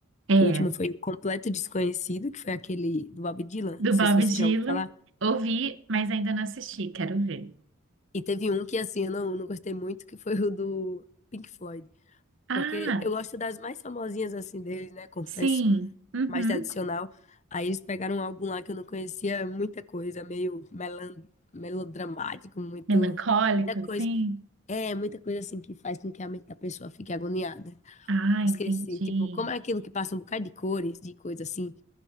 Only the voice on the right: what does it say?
É,
do
Bob
Dylan.
Ouvi, mas ainda não assisti, quero ver.
Ah,
sim. Uhum.
Melancólico,
assim.
Ah,
entendi.